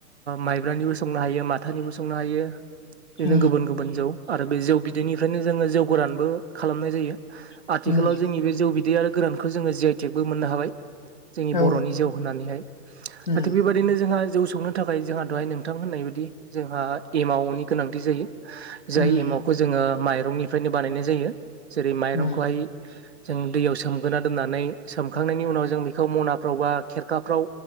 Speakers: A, on the right (about 45°); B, on the left (about 30°).
A: माइब्रानिबो संनो हायो माथानिबो संनो हायो। बिदिनो
B: उम
A: गुबुन गुबुन जौ आरो बे जौ बिदैनिफ्रायनो जोङो जौ गोरानबो खालामनाय जायो।
B: उम
A: आथिखालाव जोंनि
B: औ
A: बे जौ बिदै आरो गोरानखौ जोङो जि आइ टेकबो मोननो हाबाय। जोंनि
B: औ
A: बर'नि जिउ होननानैहाय
B: उम
A: दा थिग बेबायदिनो जोंहा जौ सौनो थाखाय जोंहा दहाय नोंथां होननाय बायदि जोंहा एमावनि गोनांथि जायो। जाय
B: उम
A: एमावखौ जोङो माइरंनिफ्रायनो बानायनाय जायो जेरै माइरंखौहाय
B: उम
A: जों दैयाव सोमगोना दोननानै सोमखांनायनि उनाव जों बेखौ मनाफ्राव बा खेरखाफ्राव